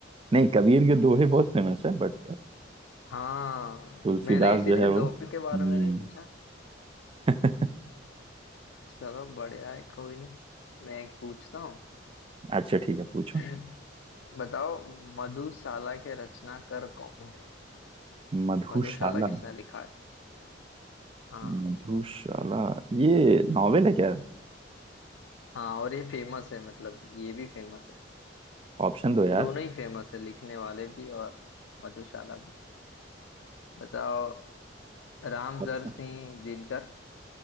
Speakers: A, on the right (about 25°); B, on the left (about 70°).
A: नहीं कबीर के दोहे बहुत फेमस है बट
B: हाँ
A: तुलसीदास
B: मैंने इसीलिए
A: जो है वो
B: दो
A: हम्म
B: के बारे में नहीं पूछा
A: <laughs>
B: चलो बढ़िया है कोई नहीं मैं एक पूछता हूँ
A: अच्छा ठीक है पूछो
B: <clears throat> बताओ मधुशाला के रचनाकार कौन थे
A: मधुशाला
B: मधुशाला किसने लिखा है हाँ
A: मधुशाला ये नॉवेल है क्या
B: हाँ और ये फेमस है मतलब ये भी फेमस है
A: ऑप्शन दो यार
B: दोनों ही फेमस है लिखने वाले भी और मधुशाला भी बताओ रामधारी
A: ऑप्शन
B: सिंह दिनकर